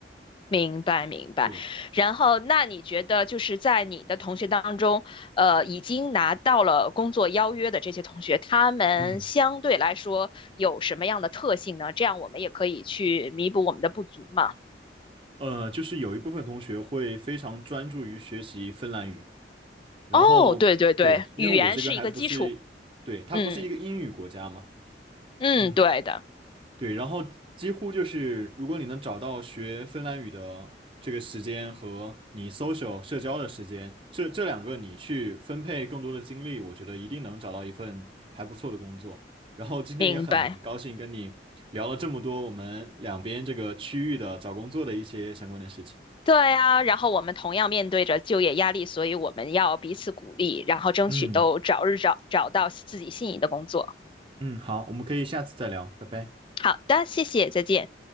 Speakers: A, on the left; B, on the right.
A: 明白明白。
B: 对，
A: 然后，那你觉得就是在你的同学当中，呃，已经拿到了工作邀约的这些同学，他们相对来说有什么样的特性呢？
B: 嗯，
A: 这样我们也可以去弥补我们的不足嘛。
B: 呃，就是有一部分同学会非常专注于学习芬兰语，然后对，
A: 哦，对对对，
B: 因为我这个还不是，
A: 语言是一个基础。
B: 对，它不是一个英语国家嘛。
A: 嗯嗯，
B: 嗯。
A: 对的，
B: 对，然后几乎就是，如果你能找到学芬兰语的这个时间和你 social 社交的时间，这这两个你去分配更多的精力，我觉得一定能找到一份还不错的工作。然后今天也很高兴跟你聊了这么多我们两边这个区域的找工作的一些相关的事情。
A: 明白。对啊，然后我们同样面对着就业压力，所以我们要彼此鼓励，然后争取都早日找找到自己心仪的工作。
B: 嗯嗯，好，我们可以下次再聊，拜拜。
A: 好的，谢谢，再见。